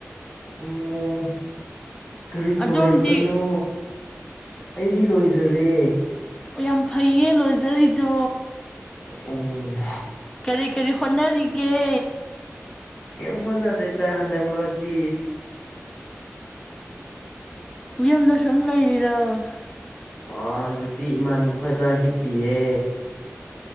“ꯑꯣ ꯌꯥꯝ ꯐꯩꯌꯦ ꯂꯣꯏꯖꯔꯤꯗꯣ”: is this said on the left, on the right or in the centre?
Left